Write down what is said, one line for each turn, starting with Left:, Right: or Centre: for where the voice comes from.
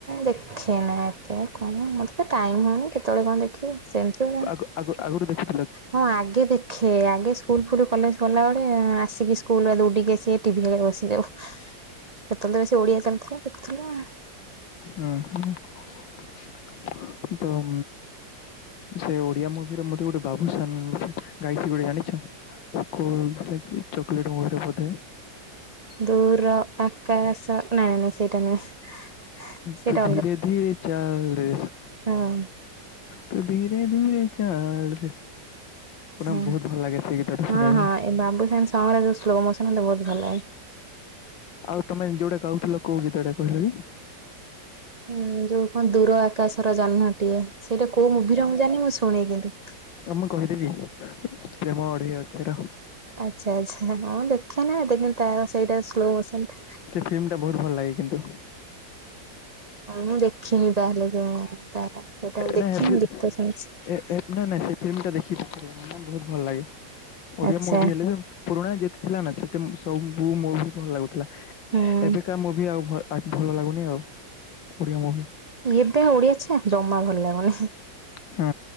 Right: ଦେଖେ ନା ଏତେ କଣ ଏତ ଟାଇମ ହଉନି କେତେବେଳେ କଣ ଦେଖିବି ସେମିତି ନା
Left: ଆଗ ଆଗ ଆଗରୁ ଦେଖୁ
Right: ହଁ ଆଗେ ଦେଖ ଖେ ଆଗେ ସ୍କୁଲ ଫୁଲ କଲେଜ ପଢ଼ିଲା ବେଳେ ଆସିକି ସ୍କୁଲରୁ ଦୌଡିକି ଆସି ଟିଭି ଆଗରେ ବସିଯାଉ। ସେତେବେଳେ ସେ ଓଡିଆ ଚାଲୁଥିଲା ଦେଖୁଥିଲା ଆଉ।
Left: ହୁଁ ହ ତ- ସେ ଓଡିଆ ମୁଭିର ମତେ ଗୋଟେ ବାବୁସାନ ଗାଇଛି ଗୋଟେ ଜାଣିଛ। ପୋକ ହୋଉଥିଲା କି ଚକଲେଟର ବଧେ <unintelligible>
Right: ଦୂର ଆକାଶ ନାଇ ନାଇଁ ସେଇଟା ନୁହେଁ। ସେଇଟା
Left: ତୁ ଧୀରେ ଧୀରେ ଚାଲେ
Right: ସା <unintelligible>
Left: ତୁ ଧୀରେ ଧୀରେ ଚାଲ ରେ
Right: ହଁ
Left: ବହୁତ ଭଲ ଲାଗେ ସେ ଗୀତଟା ଶୁଣିବା
Right: ହଁ ହଁ
Left: ପାଇଁ।
Right: ଏ ବାବୁସାନ୍‌ ର ସଙ୍ଗ ଗୁରା ଯୋଉ ସ୍ଲୋମୋସନ ହେଲେ ବହୁତ ଭଲ ଲାଗେ।
Left: ଆଉ ତମେ ଯୋଉଟା ଗାଉଥିଲ କୋଉ ଗୀତ ଟା କହିଲା କି?
Right: ହୁଁ ଯୋଉ କଣ ଦୂର ଆକାଶର ଜହ୍ନଟିଏ ସେଇଟା କୋଉ ମୁଭିର ମୁଁ ଜାଣିନି ମୁଁ ଶୁଣେ କିନ୍ତୁ
Left: ଏଟା ମୁଁ କହିଦେବି ପ୍ରେମ ଅଢେଇ ଅକ୍ଷର
Right: ଆଚ୍ଛା ଆଚ୍ଛା ହଁ ଦେଖେ ନା ତା ସେଇଟା ସ୍ଲୋମୋସନ
Left: ଥିମ ଟା ବହୁତ ଭଲ ଲାଗେ କିନ୍ତୁ
Right: ମୁଁ ଦେଖିନି ତାହେଲେ ଯୋଉ ତାହେଲେ ତା ଟା ମୁଁ
Left: ନା
Right: ଦେଖିନି
Left: ଫି
Right: ଗୀତ ଶୁଣିଛି।
Left: ଏ ଏ ନା ନା ସେ ଫିଲ୍ମ ଟା ଦେଖିଛି ଥରେ ବହୁତ ଭଲ ଲାଗେ ଓଡିଆ
Right: ଆଚ୍ଛା
Left: ମୁଭି ହେଲେ ବି- ପୁରୁଣା ଯେତେ ଥିଲା ନା ସେତେ ସବୁୁ ମୋ ବି ଭଲ ଲାଗୁଥିଲା,
Right: ହୁଁ
Left: ଏବେକା ମୁଁ ବି ଆଉ ଆ ଭଲ ଲାଗୁନି ଆଉ, ଓଡ଼ିଆ ମୁଭି।
Right: ଏବେ ଓଡିଆଛେ, ଜମା ଭଲ ଲାଗୁନି।
Left: ହୁଁ